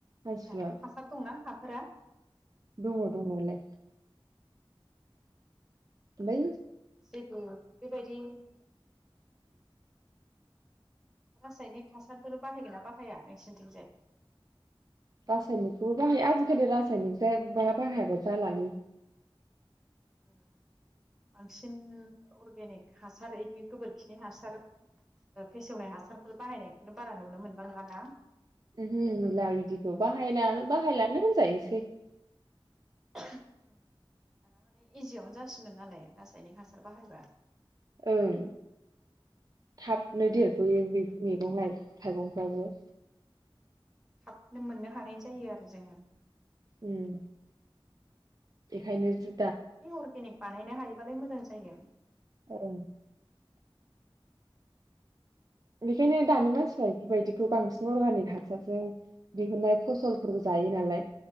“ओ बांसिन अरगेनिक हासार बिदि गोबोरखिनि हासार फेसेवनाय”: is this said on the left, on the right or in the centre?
Centre